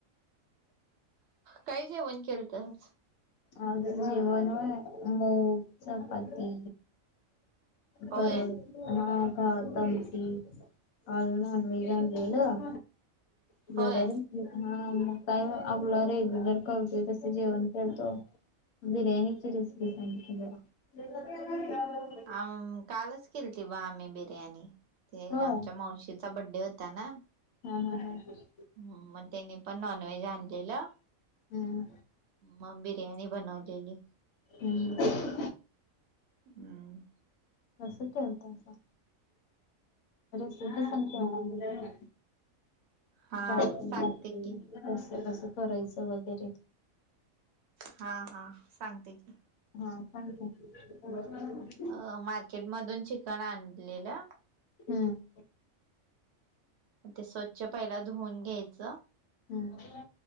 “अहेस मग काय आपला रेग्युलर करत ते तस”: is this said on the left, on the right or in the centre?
Left